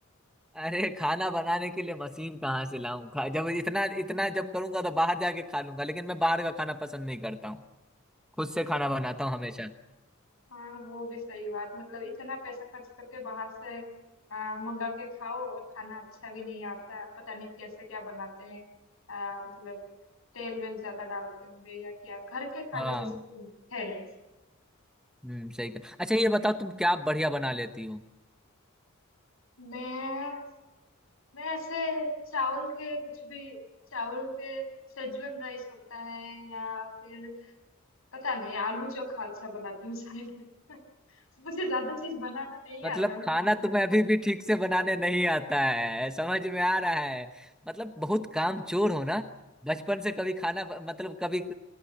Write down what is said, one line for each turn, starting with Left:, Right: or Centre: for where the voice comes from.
Centre: अरे खाना बनाने के लिए मशीन कहाँ से लाऊं खा जब इतना इतना जब करूंगा तो बाहर जाके खा लूंगा लेकिन मैं बाहर का खाना पसंद नहीं करता हूँ खुद से खाना
Left: हाँ
Centre: बनाता हूँ हमेशा
Left: हाँ वो भी सही बात मतलब इतना पैसा खर्च करके बाहर से आ, मंगा के खाओ और खाना अच्छा भी नहीं आता पता नहीं कैसे क्या बनाते हैं आ, मतलब तेल वेल ज्यादा डालते होंगे या क्या घर के खाना
Centre: हाँ
Left: जैसे तो है नहीं
Centre: हम्म सही कहा अच्छा ये बताओ तुम क्या बढ़िया बना लेती हो
Left: मैं मैं ऐसे चावल के कुछ भी चावल के सेजवन राइस होता है या फिर पता नहीं आलू चोखा अच्छा बनाती हूँ शायद <laughs> मुझे ज्यादा चीज बनाना नहीं
Centre: मतलब
Left: आता मैं
Centre: खाना
Left: बोली-
Centre: तुम्हें अभी भी ठीक से बनाने नहीं आता है समझ में आ रहा है मतलब बहुत कामचोर हो ना बचपन से कभी खाना मतलब कभी